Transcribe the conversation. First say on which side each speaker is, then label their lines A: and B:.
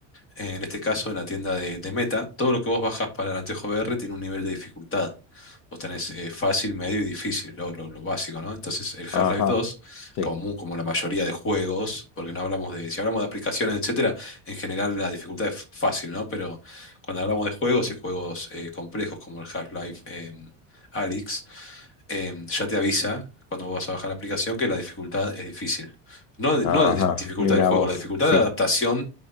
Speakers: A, on the left; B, on the left.
A: eh, en este caso en la tienda de, de Meta, todo lo que vos bajas para el anteojo VR tiene un nivel de dificultad. Vos tenés eh, fácil, medio y difícil, lo, lo- lo básico, ¿no? Entonces el
B: ajá,
A: Half-Life 2,
B: sí,
A: como, mu- como la mayoría de juegos, porque no hablamos de, si hablamos de aplicaciones, etcétera, en general la dificultad es f- fácil, ¿no? Pero cuando hablamos de juegos y juegos eh, complejos como el Half-Life eh, Alyx, em, ya te avisa cuando vas a bajar la aplicación que la dificultad es difícil. No, de-
B: ajá,
A: no la dif- dificultad
B: mira
A: del juego,
B: vos,
A: la dificultad
B: sí.
A: de adaptación